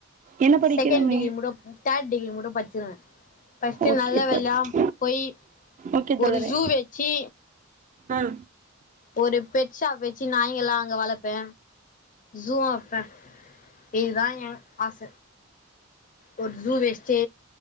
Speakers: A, on the right; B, on the left.
A: என்ன படிக்கிறமே
B: செகண்ட் டிகி முட தேர்ட் டிகிரி முடப் பச் ஃபர்ஸ்டு
A: ஓகே
B: நல்ல வேல்லாம்
A: தோழர்
B: போயி
A: ஓகே
B: ஒரு
A: தோழரே
B: ஜூ வச்சி
A: ஆ
B: ஒரு பெட்சா வெச் ச்சு நாயிங்கல்லா அங்க வளப்பே ஜூவு வப்பே இதுதா எ ஆச ஒரு ஜு வச்ட்டு